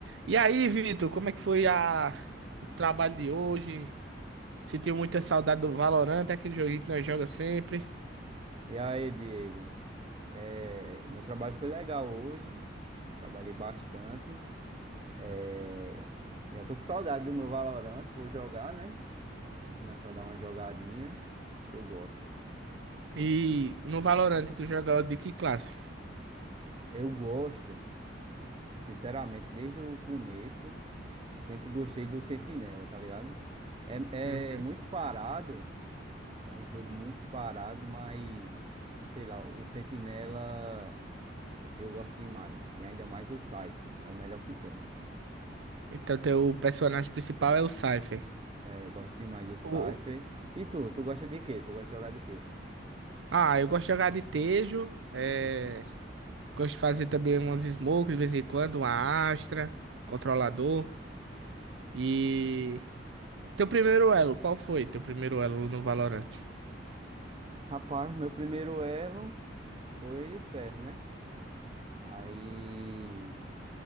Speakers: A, on the right; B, on the right.
A: E aí, Vitor, como é que foi a... o trabalho de hoje? Sentiu muita saudade do Valorant, aquele joguinho que nós jogamos sempre.
B: E aí, Diego? É, meu trabalho foi legal hoje. Trabalhei bastante. É, já tô com saudade do meu Valorant. Vou jogar, né? Vou começar a dar uma jogadinha que eu gosto.
A: E no Valorant, tu joga de que classe?
B: Eu gosto, sinceramente, desde o começo, sempre gostei do Sentinela, tá ligado? É,
A: Uhum.
B: é muito parado. É um jogo muito parado, mas sei lá, o Sentinela eu gosto demais. E ainda mais o Scythe, é o melhor que tem.
A: Então, teu personagem principal é o Cypher.
B: É, eu gosto demais do Cypher.
A: O-
B: E tu, tu gosta de quê? Tu gosta de jogar de quê?
A: Ah, eu gosto de jogar de Tejo. é, Gosto de fazer também umas smokes de vez em quando, uma Astra, controlador. E. Teu primeiro elo, qual foi teu primeiro elo no Valorant?
B: Rapaz, meu primeiro elo foi o ferro, né? Aí.